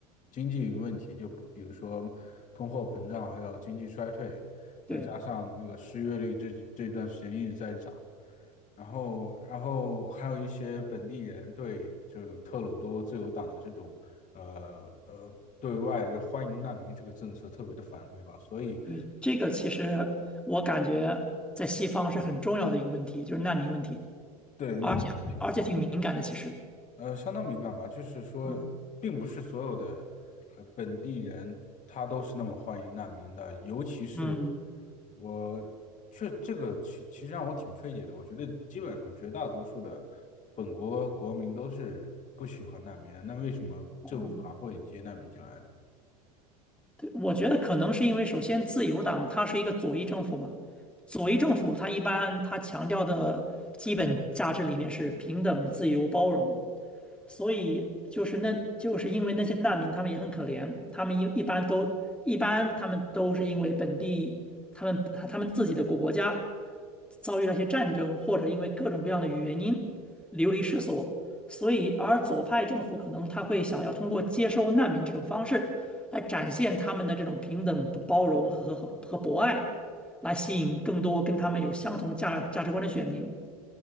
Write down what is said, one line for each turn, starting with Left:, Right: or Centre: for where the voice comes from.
Left: 经济问题，就不比如说通货膨胀，还有经济衰退，
Centre: 对，
Left: 再加上那个失业率这这段时间一直在涨。然后，然后还有一些本地人对就特鲁多自由党的这种呃呃对外的欢迎难民这个政策特别的反对吧，所以
Centre: 嗯，这个其实我感觉在西方是很重要的一个问题，就是难民问题，
Left: 对难民。
Centre: 而且而且挺敏感的。其实，
Left: 呃，相当敏感吧，就是说，
Centre: 嗯
Left: 并不是所有的呃本地人他都是那么欢迎难民的，尤其是
Centre: 嗯
Left: 我确这个其其实让我挺费解的。我觉得基本上绝大多数的本国国民都是不喜欢难民的，那为什么政府还会接难民进来呢？
Centre: 哦，对，我觉得可能是因为首先自由党它是一个左翼政府嘛，左翼政府它一般它强调的基本价值理念是平等、自由、包容。所以就是那就是因为那些难民，他们也很可怜，他们一一般都一般他们都是因为本地他们他们自己的国国家遭遇了一些战争，或者因为各种各样的原因流离失所。所以，而左派政府可能他会想要通过接收难民这种方式，来展现他们的这种平等、包容和和和和博爱，来吸引更多跟他们有相同价价值观的选民。